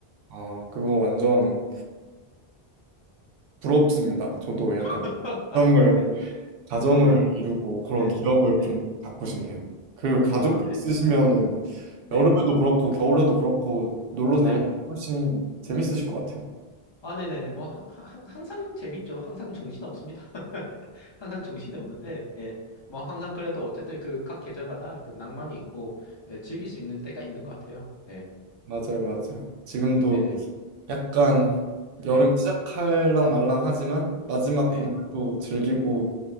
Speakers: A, on the right (about 70°); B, on the left (about 40°).
A: 아, 그거 완전 부럽습니다. 저도 약간
B: <laughs>
A: 그런 걸 가정을
B: 네네.
A: 이루고 그런
B: 네.
A: 기억을
B: 네.
A: 좀 갖고 싶네요. 그 가족이
B: 아, 네.
A: 있으시면은
B: 네.
A: 여름에도 그렇고 겨울에도 그렇고 놀러 다닐
B: 네.
A: 때 훨씬 재밌으실 것 같아요.
B: 아, 네네네. 뭐, 하- 하- 항상 재밌죠. 항상 정신 없습니다. <laughs> 항상 정신이 없는데, 예. 뭐, 항상 그래도 어쨌든 그 각 계절마다 그 낭만이 있고, 예, 즐길 수 있는 때가 있는 것 같아요. 네.
A: 맞아요, 맞아요. 지금도
B: 네네.
A: 약간 여름
B: 네.
A: 시작할랑 말랑 하지만 마지막
B: 네.
A: 봄을 또 즐기고